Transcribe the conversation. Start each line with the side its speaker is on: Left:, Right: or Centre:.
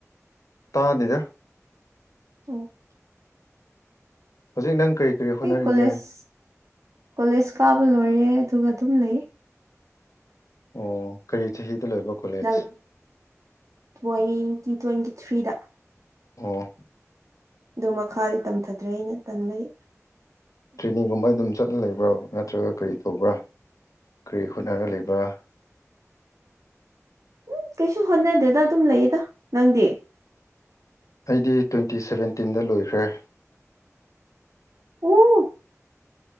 Left: ꯇꯥꯅꯤꯡꯗ
Right: ꯎꯝ
Left: ꯍꯧꯖꯤꯛ ꯅꯪ ꯀꯔꯤ ꯀꯔꯤ ꯍꯣꯠꯅꯔꯤꯒꯦ
Right: ꯑꯩ ꯀꯣꯂꯦꯖ ꯀꯣꯂꯦꯖ ꯀꯥꯕ ꯂꯣꯏꯔꯦ ꯑꯗꯨꯒ ꯑꯗꯨꯝ ꯂꯩ
Left: ꯑꯣ ꯀꯔꯤ ꯆꯍꯤꯗ ꯂꯣꯏꯕ ꯀꯣꯂꯦꯖ
Right: ꯅꯪ ꯇ꯭ꯋꯦꯟꯇꯤ ꯇ꯭ꯋꯦꯟꯇꯤ ꯊ꯭ꯔꯤꯗ
Left: ꯑꯣ
Right: ꯑꯣ ꯃꯈꯥꯗꯤ ꯇꯝꯊꯗ꯭ꯔꯦ ꯑꯩꯅ ꯇꯜꯂꯒ
Left: ꯇ꯭ꯔꯦꯅꯤꯡꯒꯨꯝꯕ ꯑꯗꯨꯝ ꯆꯠꯂ ꯂꯩꯕ꯭ꯔꯥ ꯅꯠꯇ꯭ꯔꯒ ꯀꯔꯤ ꯇꯧꯕ꯭ꯔꯥ ꯀꯔꯤ ꯍꯨꯠꯅꯅ ꯂꯩꯕ꯭ꯔꯥ
Right: ꯎꯝ ꯀꯩꯁꯨ ꯍꯣꯠꯅꯗꯦꯗ ꯑꯗꯨꯝ ꯂꯩꯌꯦꯗ ꯅꯪꯗꯤ
Left: ꯑꯩꯗꯤ ꯇ꯭ꯋꯦꯟꯇꯤ ꯁꯕꯦꯟꯇꯤꯟꯗ ꯂꯣꯏꯈ꯭ꯔꯦ
Right: ꯑꯣ